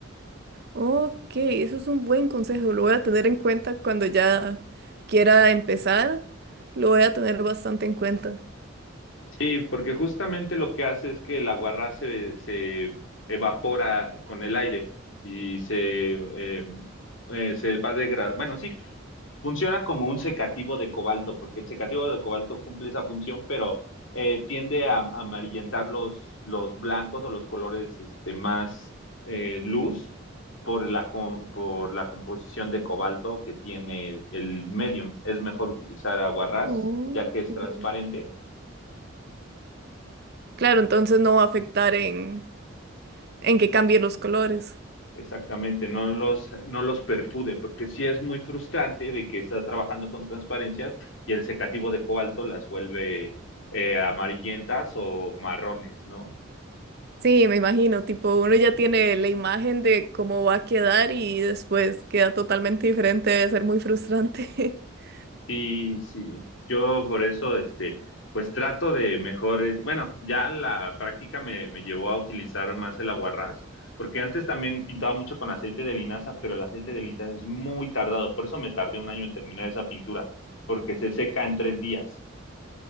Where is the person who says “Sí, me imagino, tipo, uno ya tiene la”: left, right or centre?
Right